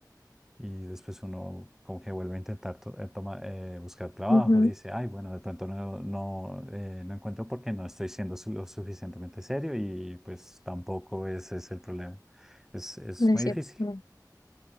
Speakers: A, in the centre; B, on the left.
A: Y después uno como que vuelve a intentar to- eh, toma- eh, buscar trabajo,
B: Ujú.
A: dice, ay, bueno, de pronto no, no, eh, no encuentro porque no estoy siendo su- lo suficientemente serio y pues tampoco ese es el problema. Es, es
B: No
A: muy
B: es
A: difícil.
B: cierto, no.